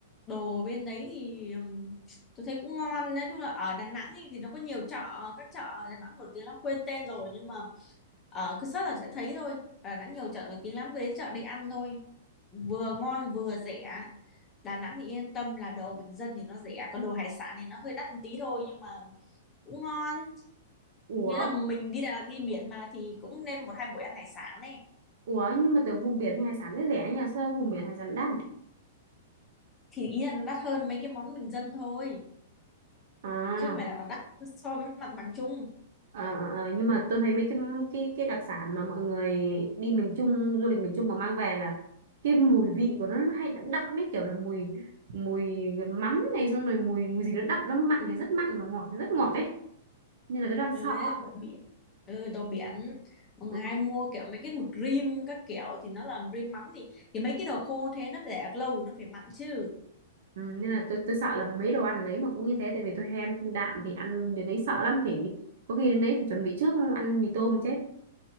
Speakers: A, on the left (about 20°); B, on the right (about 65°).
A: đồ bên đấy thì ừm, tôi thấy cũng ngon nói chung là ở Đà Nẵng ấy, thì nó có nhiều chợ các chợ ở Đà Nẵng nổi tiếng lắm quên tên rồi nhưng mà ờ, cứ search là sẽ thấy thôi ở Đà Nẵng nhiều chợ nổi tiếng lắm cứ đến chợ đi ăn thôi vừa ngon vừa rẻ Đà Nẵng thì yên tâm là đồ bình dân thì nó rẻ còn đồ hải sản thì nó hơi đắt một tí thôi nhưng mà cũng ngon
B: Ủa,
A: nghĩa là mình đi Đà Nẵng đi biển mà thì cũng nên một hai buổi ăn hải sản
B: ủa nhưng mà từ vùng biển thì hải sản rất rẻ nhỉ? Sao vùng biển hải sản đắt?
A: thì ý là nó đắt hơn mấy cái món bình dân thôi
B: À.
A: chứ không phải là nó đắt so với mặt bằng chung
B: Ờ, ờ, nhưng mà tôi thấy mấy cái cái cái đặc sản mà mọi người đi miền Trung du lịch miền Trung mà mang về là cái mùi vị của nó, nó hay đậm đậm ấy kiểu là mùi mùi mắm này xong rồi mùi mùi gì nó đậm nó mặn thì rất mặn mà ngọt thì rất ngọt ấy nên là tôi đang
A: ừ
B: sợ
A: đấy là đồ biển ừ đồ biển mọi
B: ừ,
A: người hay mua kiểu mấy cái mực rim các kiểu thì nó là rim mắm thì thì mấy cái đồ khô thế nó để được lâu nó phải mặn chứ
B: ừ, nên là tôi tôi sợ là mấy đồ ăn ở đấy mà cũng như thế tại vì tôi hay ăn thanh đạm thì ăn đến đấy sợ lắm phải có khi đến đấy phải chuẩn bị trước ăn mì tôm chết